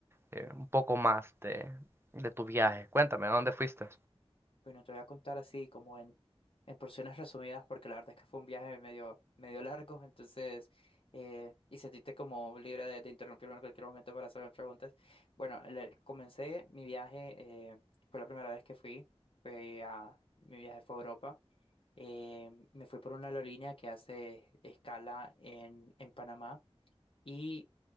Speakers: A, on the right (about 25°); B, on the left (about 60°).
A: eh, un poco más de, de tu viaje. Cuéntame, ¿a dónde fuiste?
B: Bueno, te voy a contar así como en, en porciones resumidas, porque la verdad es que fue un viaje medio, medio largo, <laughs> entonces, eh, y sentiste como libre de, de interrumpirme en cualquier momento para hacerme preguntas. Bueno, le- comencé mi viaje, eh, fue la primera vez que fui, fui a, mi viaje fue a Europa. Eh, me fui por una aerolínea que hace escala en, en Panamá y